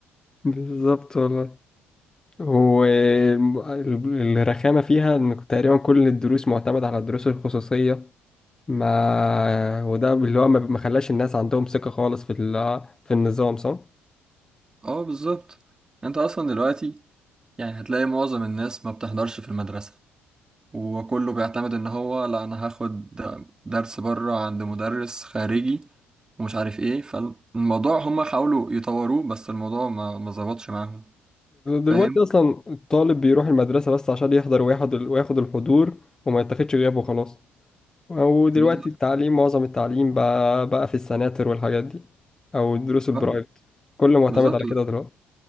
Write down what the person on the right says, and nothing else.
اه بالظبط انت اصلا دلوقتي يعني هتلاقي معظم الناس ما بتحضرش في المدرسه وكله بيعتمد ان هو لا انا هاخد درس بره عند مدرس خارجي ومش عارف ايه فالموضوع هما حاولوا يطوروه بس الموضوع ما ما ظبطش معاهم فاهم
بالظبط
آه،
بالظبط